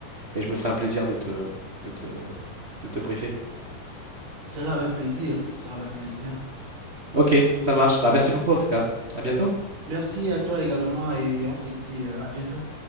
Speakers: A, on the right; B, on the right.
A: et je me ferai un plaisir de te, de te, de te briefer.
B: Ce sera avec plaisir, ce sera avec plaisir.
A: Ok, ça marche. Bah, merci beaucoup en tout cas. À bientôt.
B: Merci à toi également et on se dit euh, à bientôt.